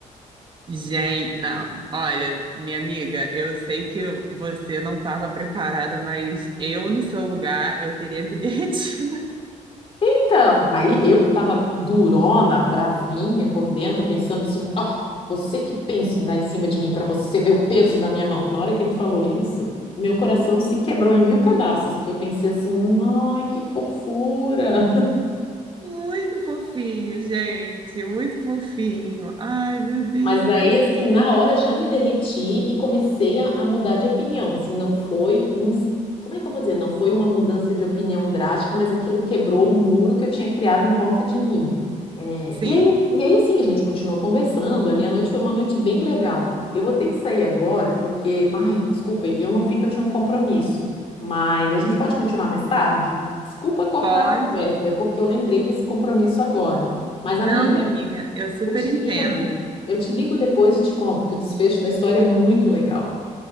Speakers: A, on the right; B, on the left.
A: Gente, não, olha, minha amiga, eu sei que você não estava preparada, mas eu no seu lugar, eu teria me <laughs> derretido.
B: Então, aí eu que estava durona, bravinha por dentro, pensando assim, ó, você que pensa em dar em cima de mim para você ver o peso da minha mão. Na hora que ele falou isso, meu coração se quebrou em mil pedaços, porque eu pensei assim, ai, que fofura.
A: Muito fofinho, gente, muito fofinho. Ai, meu Deus.
B: Mas daí, assim, na hora já me derreti e comecei a, a mudar de opinião. Assim, não foi. ins- Como é que eu vou dizer? Não foi uma mudança de opinião drástica, mas aquilo quebrou o muro que eu tinha criado em volta de mim. É,
A: Sim,
B: e aí, e aí, assim, a gente continuou conversando ali. A noite foi uma noite bem legal. Eu vou ter que sair agora, porque. Ai, desculpa, eu não vi que eu tinha um compromisso. Mas a gente pode continuar mais tarde? Desculpa cortar
A: pode?
B: a conversa, é porque eu lembrei desse compromisso agora. Mas,
A: Não,
B: amiga.
A: minha amiga, eu super
B: Eu te
A: entendo.
B: ligo. Eu te ligo depois e te conto, que o desfecho da história é muito legal.